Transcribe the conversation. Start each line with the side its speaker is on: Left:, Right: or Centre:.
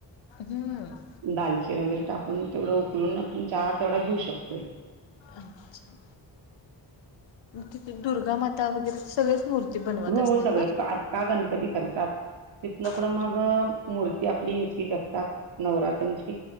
Left: हम्म.
Right: दालचीर वगैरे टाकून तेवढं उकळून आपण चहा तेवढा घेऊ शकतोय.
Left: अच्छा! तिथे दुर्गामाता वगैरे सगळेच मूर्ती बनवत
Right: हो
Left: असतील
Right: हो सगळं
Left: ना?
Right: आता गणपती करतात. तिथन पुढं
Left: अच्छा
Right: मग मूर्ती आपली याची करतात नवरात्रांची